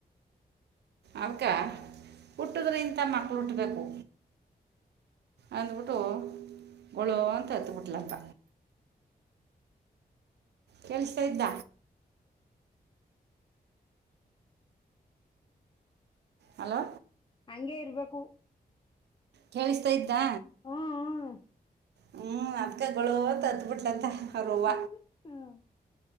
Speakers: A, on the right (about 85°); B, on the left (about 30°).
A: ಅವಗ ಹುಟ್ಟಿದ್ರ ಇಂತ ಮಕ್ಳು ಹುಟ್ಬೇಕು ಅಂದ್ಬಿಟ್ಟು ಗೊಳೋ ಅಂತ ಹತ್ಬಿಟ್ಲಪ್ಪ ಕೆಲ್ಸ್ತಾ ಇದ್ದ ಹಲೋ
B: ಹಗೆ ಇರ್ಬೇಕು
A: ಕೇಳಿಸ್ತಾ ಆಯ್ತಾ
B: ಹ್ಮ್ ಹ್ಮ್
A: ಹ್ಞೂ ಅದಕಾಯಗಳುತ್ತು ಹತ್ಬಿಟ್ಲಂತ ಕರೋವ
B: ಹ್ಮ್ ಹ್ಮ್